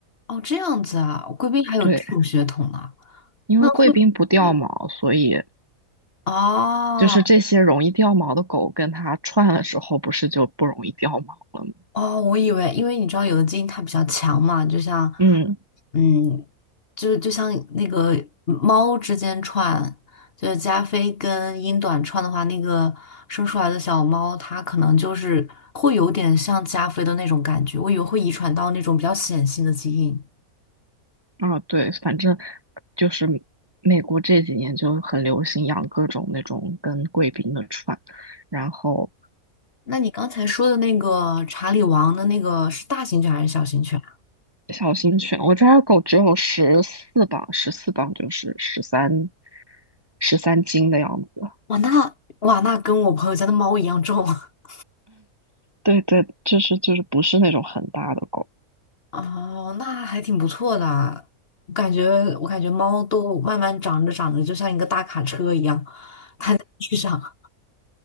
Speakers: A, on the left; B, on the right.
A: 哦，这样子啊，贵宾还有这种血统呢、
B: 对，因为贵宾不掉毛，
A: 那会不会？
B: 所以。
A: 哦
B: 就是这些容易掉毛的狗跟它串的时候，不是就不容易掉毛了吗？
A: 哦，我以为，因为你知道有的基因它比较强嘛，就像，
B: 嗯，
A: 嗯，就就像那个猫之间串，就是加菲跟英短串的话，那个生出来的小猫，它可能就是会有点像加菲的那种感觉，我以为会遗传到那种比较显性的基因。
B: 啊，对，反正就是美国这几年就很流行养各种那种跟贵宾的串，然后
A: 那你刚才说的那个查理王的那个是大型犬还是小型犬啊？
B: 小型犬，我家的狗只有十四磅，十四磅就是十三十三斤的样子。
A: 哇，那哇那跟我朋友家的猫一样重。<laughs>
B: 对对，就是就是不是那种很大的狗。
A: 哦，那还挺不错的啊。我感觉，我感觉猫都慢慢长着长着，就像一个大卡车一样，摊在 <laughs> 地上。